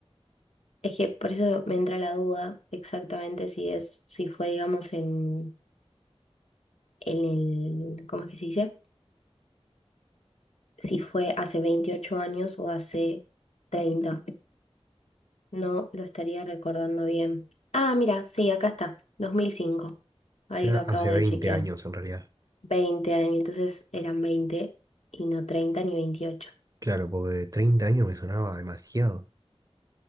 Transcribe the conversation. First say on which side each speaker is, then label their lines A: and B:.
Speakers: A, on the left; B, on the right.
A: Es que por eso me entra la duda exactamente si es, si fue, digamos, en, en el, ¿cómo es que se dice? Si fue hace 28 años o hace treinta No lo estaría recordando bien. Ah, mira, sí, acá está, dos mil cinco Ahí
B: sea,
A: lo acabo
B: hace
A: de
B: 20
A: chequear.
B: años en realidad.
A: veinte años, entonces eran 20 y no 30 ni veintiocho
B: Claro, porque 30 años me sonaba demasiado. O